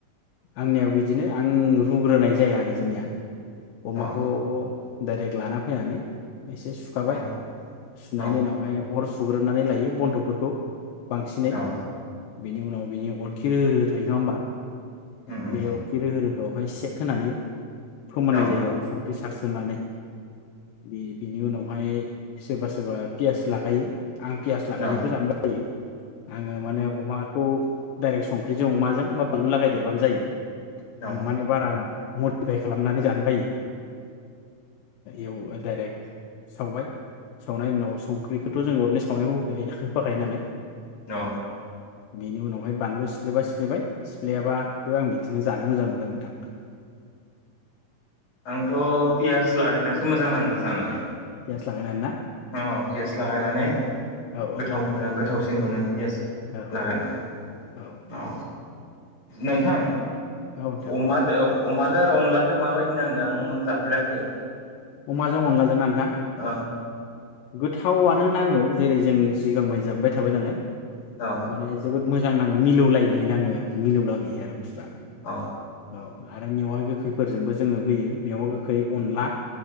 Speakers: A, on the left (about 75°); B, on the left (about 45°).
A: आंनियाव बिदिनो आं रुग्रोनाय जाया आरो जोंनिया अमाखौ
B: औ
A: डाइरेक्ट लाना फैनानै एसे सुखाबाय
B: औ
A: सुनायनि
B: औ
A: उनावहाय अर सुग्रोनानै लायो बन्थ'फोरखौ बांसिनै
B: औ
A: बिनि उनाव बिनि अर खि रोहो रोहो थायो नङा होमबा
B: उम उम
A: बेयाव खि रोहो रोहोआव बेवहाय सेक होनानै फोमोननाय
B: औ
A: जायो आरो संख्रि सारस्रो होननानै बे बिनि उनाव बेहाय सोरबा सोरबा पियास लागायो आं पियास लागायनायखौ
B: औ
A: जानो बायो आङो माने खौ डाइरेक्ट संख्रिजों अमाजों बा बानलु लागायदेरबानो जायो
B: औ
A: आं माने बारा मडिफाइ खालामनानै जानो बायो एव दायरेक सावबाय सावनाय उनाव संख्रिखौथ' जों अरनि सावनायाव होफायो होफाखायो नालाय
B: अ
A: बिनि उनावहाय बानलु सिफ्लेबा सिफ्लेबाय सिफ्लाययाबाबो आं बिदिनो जानो मोजां मोनो आरो नोंथां
B: आंथ' पियास लालायनानैसो मोजां नाङो जानानै
A: पियास लागायनानैना
B: अ पियास लागायनानै
A: औ नोंथां
B: गोथाव मोनो आं गोथावसिन सिन मोनो पियास
A: औ
B: लागोन
A: औ औ
B: अ
A: औ
B: नोंथां
A: औ नोंथां
B: अमा अमादो आरो अनलाजों माबायदि नांगो आं नों जाफेराखै
A: अमाजों अनलाजोंना नोंथां
B: अ
A: गोथावआनो नाङो जेरै जों सिगांबाय जाबोबाय थाबाय नालाय
B: अ
A: माने जोबोद मोजां नाङो मिलौलायनाय नाङो आरोखि मिलौलायहयो आरो बुसथुआ
B: अ
A: औ आरो मेवा गोखैफोरजोंबो जोङो होयो मेवा गोखै अनला